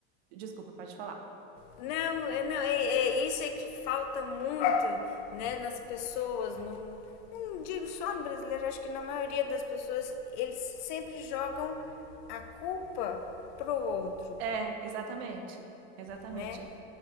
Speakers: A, on the right; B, on the left.
A: Desculpa, pode falar.
B: não, é- não, é, é- isso é que falta muito, né, nas pessoas. Não, não digo só no brasileiro, acho que na maioria das pessoas eles sempre jogam a culpa pro outro.
A: É, exatamente. Exatamente.
B: né?